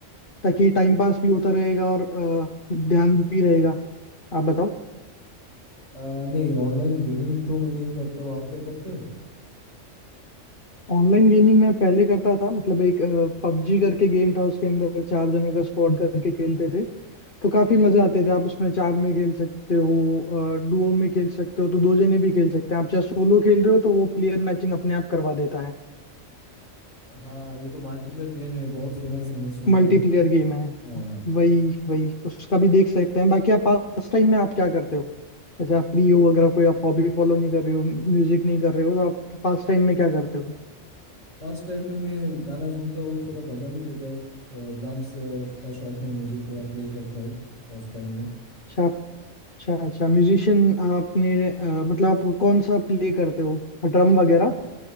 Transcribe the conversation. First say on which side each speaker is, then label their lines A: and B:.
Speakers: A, on the left (about 45°); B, on the left (about 60°).
A: ताकि टाइम पास भी होता रहेगा और अ, ध्यान भी रहेगा आप बताओ
B: आ, नहीं ऑनलाइन गेमिंग तो मैं नहीं करता हूँ आप क्या करते हैं
A: ऑनलाइन गेमिंग मैं पहले करता था मतलब एक पबजी करके गेम था उसके अंदर चार जनों का स्क्वाड करके खेलते थे तो काफी मजे आते थे आप उसमें चार में खेल सकते हो डुओ में खेल सकते हो तो दो जने भी खेल सकते हैं आप चाहे सोलो खेल रहे हो तो वो प्लेयर मैचिंग अपने आप करवा देता है
B: हाँ ये तो मल्टीप्लेयर गेम है बहुत फेमस है मैं सुना
A: मल्टीप्लेयर
B: है
A: गेम है
B: हाँ हाँ
A: वही वही उसका भी देख सकते हैं बाकी आप पास टाइम में आप क्या करते हो जैसे आप फ्री हो अगर आप कोई आप हॉबी फॉलो नहीं कर रहे हो म्यूजिक नहीं कर रहे हो तो आप पास टाइम में क्या करते हो
B: पास टाइम में मैं गाना सुनता हूँ थोड़ा बजा भी लेता हूँ ड्रम्स का शौक है मुझे थोड़ा प्ले करता हूँ ऑफ टाइम में
A: अच्छा अच्छा अच्छा म्यूजिशियन आपने अ, मतलब आप कौन सा प्ले करते हो ड्रम वगैरह